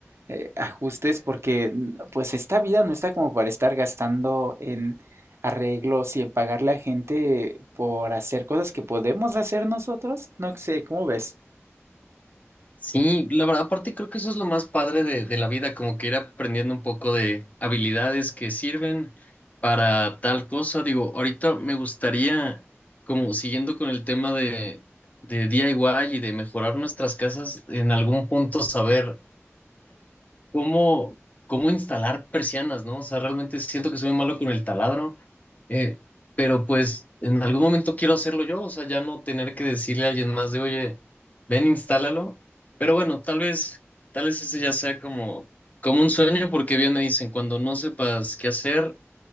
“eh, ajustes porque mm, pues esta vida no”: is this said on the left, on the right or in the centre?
Right